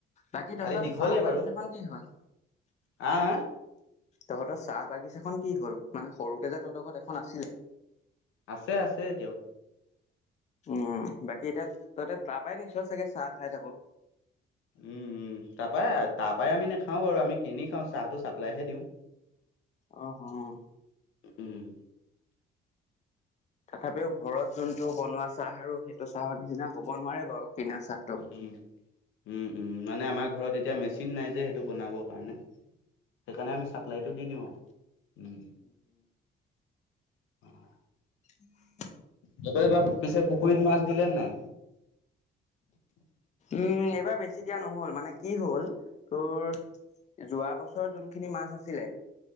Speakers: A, on the left; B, on the left.
A: বাকী
B: খালি
A: তহঁতৰ
B: দীঘলেই
A: চাহ বাগিছাখন
B: বাৰু
A: কি হ'ল
B: হা হা
A: তহঁতৰ চাহ বাগিছাখন কি হল মানে সৰুকে যে তহঁত ঘত এখন আছিলে
B: আছে আছে এতিয়াও
A: উম বাকী এতিয়া তইতো তাৰ পাই নিছ চাগে চাহ খাই থাকো
B: উম উম তাৰ পাই তাৰ পাই আমি নাখাওঁ বাৰু আমি কিনি খাওঁ চাহটো চাপ্লাইহে দিওঁ
A: অহ অহ
B: উম,
A: তথাপিও ঘৰত যোনটো বনোৱা চাহ আৰু সেইটো চাহৰ নিচিনা হব নোৱাৰে বাৰু কিনা চাহটো
B: উম উম উম মানে আমাৰ ঘৰত এ এতিয়া মেচিন নাই যে সেইটো বনাবৰ কাৰণে সেইকাৰণে আমি চাপ্লাইটো দি দিওঁ আও উম <unintelligible>
A: উম।
B: তাৰপৰা এইবাৰ পিছে পুখুৰীত মাছ দিলে নে নাই?
A: উম এইবাৰ বেছি দিয়া নহল মানে কি হ'ল তোৰ, যোৱা বছ যোনখিনি মাছ আছিলে